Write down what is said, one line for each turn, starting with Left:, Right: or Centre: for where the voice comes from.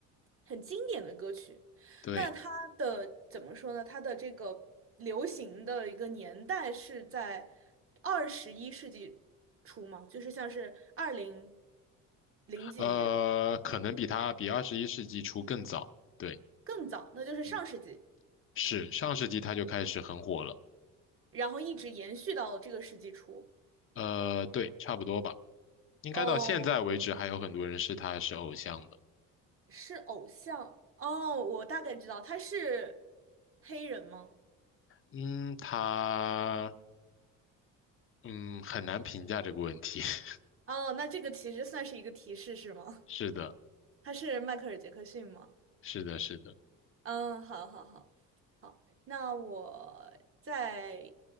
Right: 很经典的歌曲。
Left: 对。
Right: 那它的怎么说呢？它的这个流行的一个年代是在二十一世纪初吗？就是像是二零零几年
Left: 呃，可能比他比二十一世纪初更早。对，
Right: 更早，那就是上世纪，
Left: 嗯，是上世纪他就开始很火了。
Right: 然后一直延续到这个世纪初。
Left: 呃，对，差不多吧。应该到现在为止，
Right: 哦，
Left: 还有很多人是他是偶像的。
Right: 是偶像。哦，我大概知道，他是黑人吗？
Left: 嗯，他嗯很难评价这个问题。<laughs>
Right: 哦，那这个其实算是一个提示，是吗？
Left: 是的，
Right: <laughs> 他是迈克尔·杰克逊吗？
Left: 是的，是的。
Right: 嗯，好好好好，那我再